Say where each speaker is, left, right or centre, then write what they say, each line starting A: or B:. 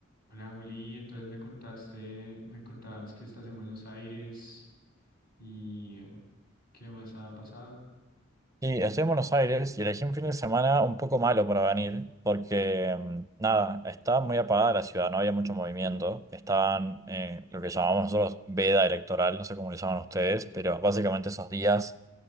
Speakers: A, on the left; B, on the right.
A: Hola Juli, entonces me contaste, me contabas que estás en Buenos Aires y eh, qué más ha pasado.
B: Sí, estoy en Buenos Aires y elegí un fin de semana un poco malo para venir, porque mm, nada, estaba muy apagada la ciudad, no había mucho movimiento, estaban eh, lo que llamamos nosotros veda electoral, no sé cómo le llaman ustedes, pero básicamente esos días